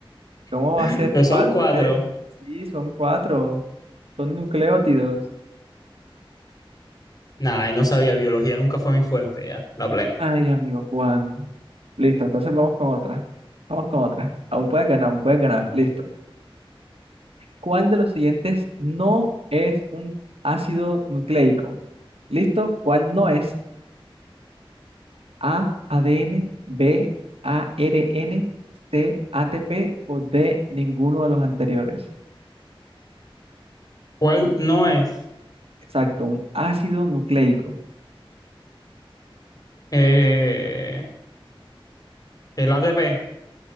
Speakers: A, on the right; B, on the left.
A: ¿Cómo
B: <laughs>
A: va a ser
B: No son
A: falso?
B: cuatro.
A: eh? Sí, son cuatro. Son nucleótidos.
B: Nah, y no sabía, biología nunca fue mi fuerte ya, la plena.
A: Ay, amigo Juan. Listo, entonces vamos con otra. Vamos con otra. Aún puedes ganar, aún puedes ganar. Listo. ¿Cuál de los siguientes no es un ácido nucleico? ¿Listo? ¿Cuál no es? A, ADN, B, ARN, C, ATP o D, ninguno de los anteriores.
B: ¿Cuál no es?
A: Exacto, un ácido nucleico.
B: Eh, el ATP,